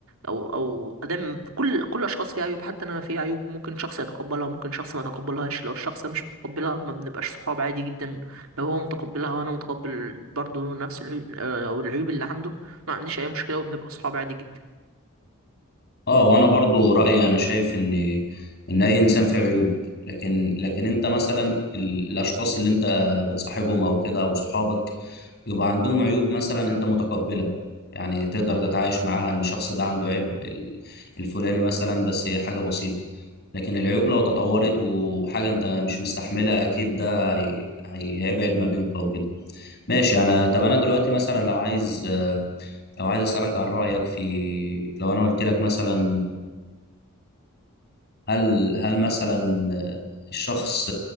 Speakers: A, on the right (about 70°); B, on the left (about 50°).
A: أو أو أدام كل كل الأشخاص فيها عيوب حتى أنا فيها عيوب ممكن شخص يتقبلها وممكن شخص ما يتقبلهاش لو الشخص ده مش متقبلها ما بنبقاش صحاب عادي جدا لو هو متقبلها وأنا متقبل برضه نفس العيوب أو العيوب اللي عنده ما عنديش أي مشكلة وبنبقى صحاب عادي جدا
B: اه وانا برضو رايي انا شايف ان ان اي انسان فيه عيوب لكن لكن انت مثلا ال- الاشخاص اللي انت بتصاحبهم او كده او صحابك يبقى عندهم عيوب مثلا انت متقبلها يعني تقدر تتعايش معاها ان الشخص ده عنده عيب ال- الفلاني مثلا بس هي حاجة بسيطة لكن العيوب لو تطورت وحاجة انت مش مستحملها اكيد ده هي... هي- هيبعد ما بينكم او كده ماشي انا طب انا دلوقتي مثلا لو عايز لو عايز اسالك عن رايك في لو انا قلت لك مثلا هل هل مثلا الشخص